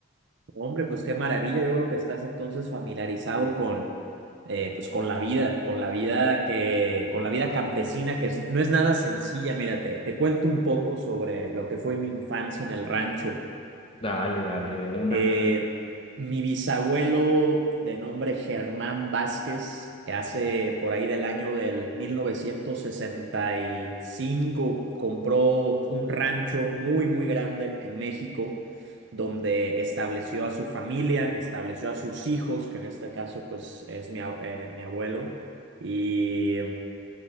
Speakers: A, on the right; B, on the left.
A: Hombre, pues qué maravilla. Yo creo que estás entonces familiarizado con, eh, pues con la vida, con la vida que, con la vida campesina, que es- no es nada sencilla. Mira, te, te cuento un poco sobre lo que fue mi infancia en el rancho.
B: Dale, dale, de una.
A: Eh, mi bisabuelo de nombre Germán Vázquez, que hace por ahí del año del 1965, compró un rancho muy, muy grande en México, donde estableció a su familia, estableció a sus hijos, que en este caso pues es mi, a- eh, mi abuelo, y, y,